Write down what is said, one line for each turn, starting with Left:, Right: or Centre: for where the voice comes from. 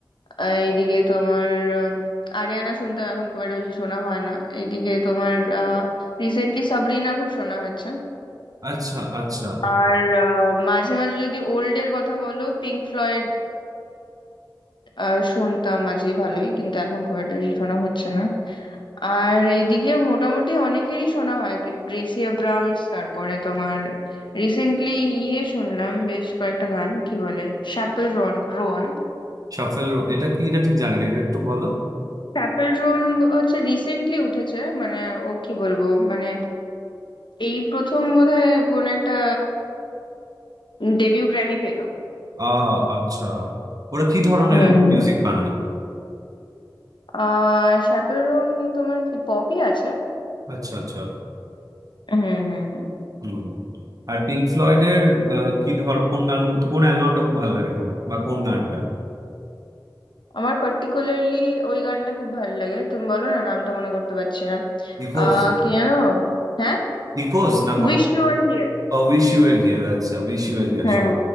Left: আহ, এইদিকে তোমার উম, আরিয়ানা শুনতাম এখন খুব একটা বেশি শোনা হয় না এইদিকে তোমার আহ রিসেন্টলি সাবরিনা খুব শোনা হচ্ছে
Right: আচ্ছা আচ্ছা
Left: আর আহ, মাঝে মাঝে যদি ওল্ড এর কথা বলো পিঙ্ক ফ্লয়েড আহ শুনতাম মাঝে ভালোই কিন্তু এখন খুব একটা বেশি শোনা হচ্ছে না আর এইদিকে মোটামুটি অনেকেরই শোনা হয় গ্রে- গ্রেসি আব্রামস তারপরে তোমার রিসেন্টলি ইয়ে শুনলাম বেশ কয়েকটা গান কি বলে Chappell Roan Roan
Right: শাফেল এটা কি এটা ঠিক জানি না এটা একটু বলো
Left: Chappell Roan হচ্ছে রিসেন্টলি উঠেছে মানে ও কি বলবো মানে এই প্রথম বোধহয় কোন একটা ডেবিউ গ্র্যামি পেলো
Right: আহ আচ্ছা ওরা কি ধরনের
Left: হুম হুম।
Right: মিউজিক বানায়
Left: আহ শ্যাপেল রোন তোমার কি পপি আছে
Right: আচ্ছা আচ্ছা
Left: হুম হুম হুম
Right: হম আর পিঙ্ক ফ্লয়েডের আহ, কি ধর কোন গানগুলো তো কোন অ্যালবামটা খুব ভালো লাগে তোমার বা কোন গানটা
Left: আমার পার্টিকুলারলি ওই গানটা খুব ভালো লাগে তুমি বলো না নামটা মনে করতে পারছি না
Right: ইকোজ
Left: আহ কি জানো হ্যাঁ
Right: ইকোজ না
Left: উইশ ইউ আর হিয়ার
Right: I wish you were here আচ্ছা উইশ ইউ এর হিয়ার
Left: হ্যাঁ